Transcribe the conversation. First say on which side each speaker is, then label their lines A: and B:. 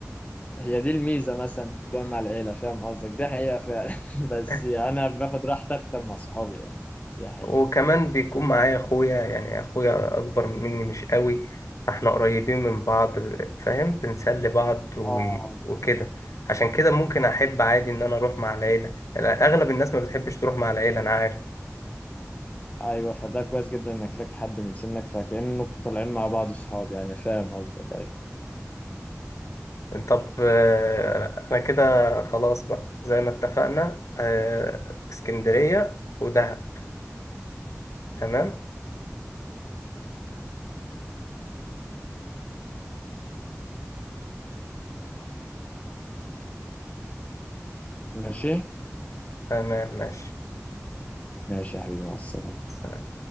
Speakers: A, on the left; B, on the left.
A: هي دي الميزه مثلا تروح مع العيله فاهم قصدك دي حقيقه فعلا <laughs> بس
B: <laughs>
A: انا باخد راحتي اكتر مع صحابي يعني دي حقيقه
B: وكمان بيكون معايا اخويا يعني اخويا اكبر مني مش قوي فاحنا قريبين من بعض فاهم بنسلي بعض و...
A: اه
B: وكده عشان كده ممكن احب عادي ان انا اروح مع العيله يعني اغلب الناس ما بتحبش تروح مع العيله انا عارف
A: ايوه فده كويس جدا انك لك حد من سنك فكأنكم طالعين مع بعض صحاب يعني فاهم قصدك ايوه
B: طب آه، انا كده خلاص بقى زي ما اتفقنا آه، اسكندرية ودهب تمام
A: ماشي
B: تمام ماشي
A: ماشي يا حبيبي مع السلامه
B: سلام